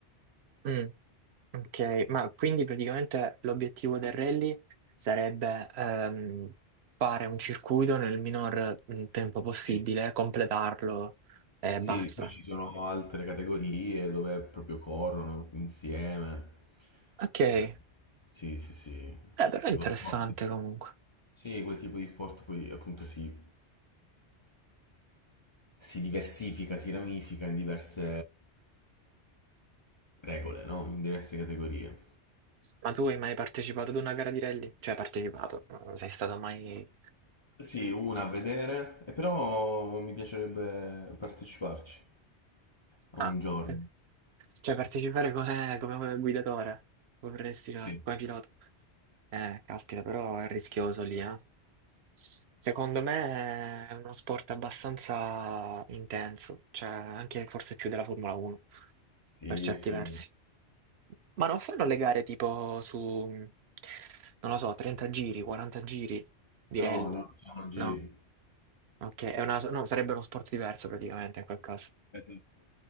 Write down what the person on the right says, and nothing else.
mm. Ok, ma quindi praticamente l'obiettivo del rally sarebbe ehm, fare un circuito nel minor mm, tempo possibile,
completarlo e
basta.
Ok, eh,
però è interessante
comunque.
Ma tu hai mai partecipato ad una gara di rally? Cioè, partecipato, non sei stato mai...
Ah,
ok. Cioè partecipare come, come guidatore, vorresti fare,
come pilota. Eh, caspita, però è rischioso lì, eh. Secondo me è uno sport abbastanza intenso, cioè anche forse più della Formula 1,
per certi
versi. Ma non fanno le gare tipo su, non lo so, 30 giri, 40 giri di
rally?
No, ok, è una, no, sarebbe uno sport diverso praticamente in quel caso.